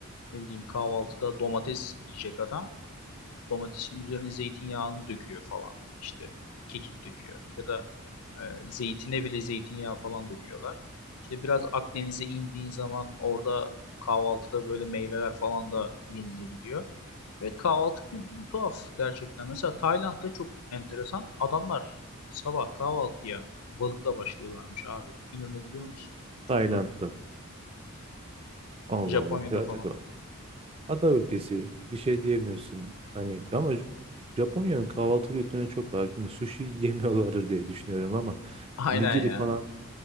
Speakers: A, on the left; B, on the right.
A: Ne bileyim kahvaltıda domates yiyecek adam. Domatesin üzerine zeytinyağını döküyor falan. İşte kekik döküyor. Ya da e, zeytine bile zeytinyağı falan döküyorlar. İşte biraz Akdeniz'e indiğin zaman orada kahvaltıda böyle meyveler falan da yenilebiliyor. Evet kahvaltı kültürü tuhaf gerçekten. Mesela Tayland'da çok enteresan. Adamlar sabah kahvaltıya balıkla başlıyorlarmış abi. İnanabiliyor musun? Çok
B: Tayland'da.
A: zor.
B: Allah
A: Japonya'da
B: Allah. Ya
A: falan.
B: tak ada ülkesi bir şey diyemiyorsun. Hani ama Japonya'nın kahvaltı kültürüne çok hakim. Sushi <laughs> yemiyorlardır diye düşünüyorum ama
A: <laughs> Aynen
B: nigiri
A: ya.
B: falan